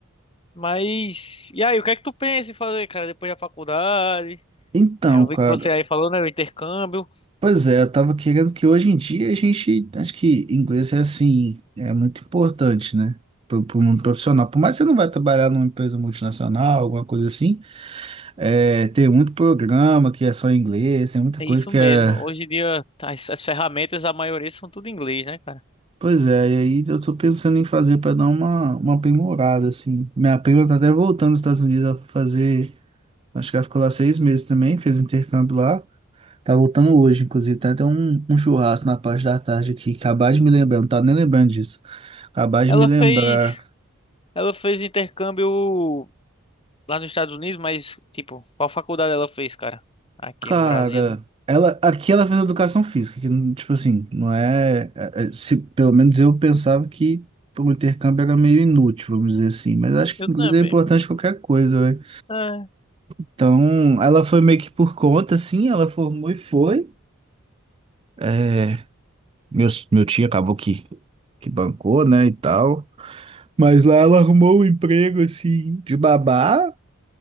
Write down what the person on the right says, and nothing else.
Então,
cara,
pois é, eu tava querendo que hoje em dia a gente, acho que inglês é assim, é muito importante, né? Pro, pro mundo profissional. Por mais que você não vai trabalhar numa empresa multinacional, alguma coisa assim. É, tem muito programa que é só em inglês, tem muita
coisa
que
é.
Pois é, e aí eu tô pensando em fazer para dar uma, uma aprimorada, assim. Minha prima tá até voltando dos Estados Unidos a fazer. Acho que ela ficou lá seis meses também, fez intercâmbio lá. Tá voltando hoje, inclusive. Tá até um, um churrasco na parte da tarde aqui. Acabar de me lembrar, não tava nem lembrando disso. Acabar de
me lembrar.
Cara,
ela, aqui ela fez educação física, que, não- tipo assim, não é, é- é- se, pelo menos eu pensava que o intercâmbio era meio inútil, vamos dizer assim, mas acho que
inglês
é importante
em qualquer coisa, né?
Então, ela foi meio que por conta, assim, ela formou e foi. É, meu, meu tio acabou que, que bancou, né, e tal. Mas lá ela arrumou um emprego, assim, de babá,